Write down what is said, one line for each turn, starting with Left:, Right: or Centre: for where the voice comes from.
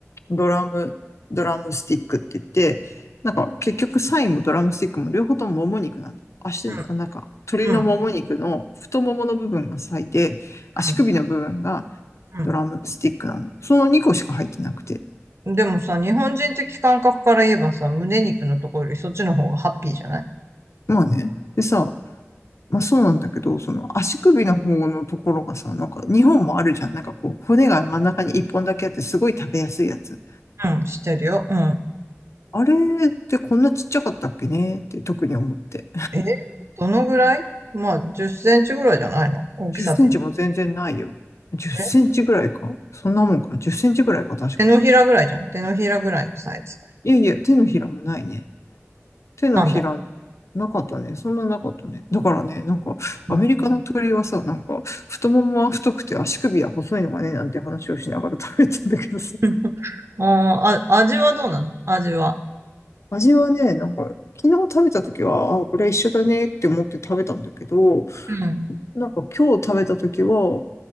Left: ドラム、ドラムスティックって言って、なんか結局サイもドラムスティックも両方とももも肉なんだ。足、なんか鳥のもも肉の太ももの部分がサイで、
Right: うん、うん、う
Left: 足首の部分が
Right: ん。うん
Left: ドラムスティックなの。その2個しか入ってなくて。
Right: でもさ、日本人的感覚から言えばさ、胸肉のところよりそっちの方がハッピーじゃない
Left: まあね。でさ、まあそうなんだけど、その足首の方のところがさ、なんか2本もあるじゃん。なんかこう骨が真ん中に1本だけあってすごい食べやすいやつ。
Right: うん、してるよ。うん。
Left: あれってこんなちっちゃかったっけねって特に思って。
Right: え、どのぐらいまあ、10センチぐらいじゃないの大きさって。
Left: 10センチも全然ないよ。10センチぐらいかそんなもんか。
Right: え
Left: 10センチぐらいか、確かに。
Right: 手のひらぐらいじゃん。手のひらぐらいのサイズ。
Left: いやいや、手のひらもないね。手のひら、
Right: なんだ。
Left: なかったね。そんななかったね。だからね、なんか、アメリカの鳥はさ、
Right: うん。
Left: なんか、太ももは太くて足首は細いのがね、なんて話をしながら食べたんだけどさ。
Right: うんあー、あ、味はどうなの味は。
Left: 味はね、なんか、昨日食べた時は、あ、これは一緒だねって思って食べたんだけど、
Right: うん。
Left: なんか今日食べた時は、